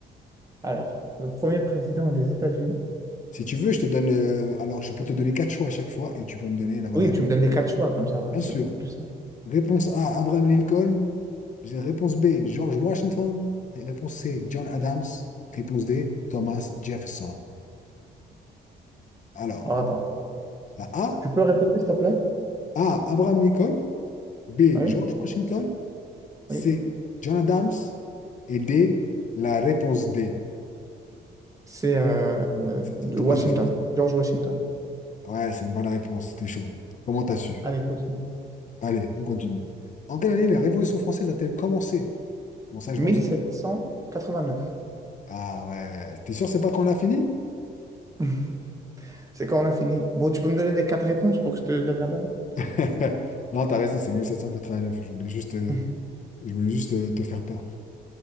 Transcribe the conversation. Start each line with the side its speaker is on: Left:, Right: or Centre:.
Right: Alors, le premier président des États-Unis.
Left: Si tu veux, je te donne. euh, alors, je peux te donner quatre choix à chaque fois et tu peux me donner la bonne
Right: Oui,
Left: réponse.
Right: tu me donnes les quatre choix, comme ça,
Left: Bien
Right: c'est
Left: sûr.
Right: plus simple.
Left: Réponse A, Abraham Lincoln. J'ai- Réponse B, George Washington. Et réponse C, John Adams. Réponse D, Thomas Jefferson. Alors,
Right: Alors, attends.
Left: la A,
Right: Tu peux répéter, s'il te plaît?
Left: A, Abraham Lincoln. B,
Right: Oui,
Left: George Washington. C,
Right: oui.
Left: John Adams. Et D, la réponse D,
Right: C'est euh, de
Left: c'est Thomas
Right: Washington,
Left: Jefferson.
Right: George Washington.
Left: Ouais, c'est une bonne réponse. T'es chaud. Comment t'as su?
Right: Allez, continue.
Left: Allez, on continue. En quelle année la Révolution française a-t-elle commencé? Bon, ça, j'ai
Right: 1789.
Left: pas besoin. Ah ouais, t'es sûr, c'est pas quand on a fini?
Right: <laughs> C'est quand on a fini. Bon, tu peux me donner les quatre réponses pour que je te donne la bonne?
Left: <laughs> Non, t'as raison, c'est 1789. Je voulais juste, euh,
Right: <laughs>
Left: je voulais juste euh, te faire peur.